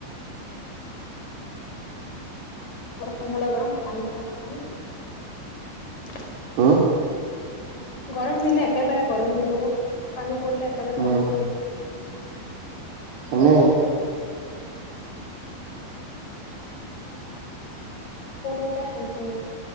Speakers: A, on the left; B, on the right.
A: গৰম হলে গৰম পানী হ'লে পানী।
B: হ'ম
A: গৰম দিলে একেবাৰে গৰম দিব পানী পৰিলে একেবাৰে
B: উম
A: পানী পৰিব।
B: এনেই।
A: কোনোতে শান্তি নাই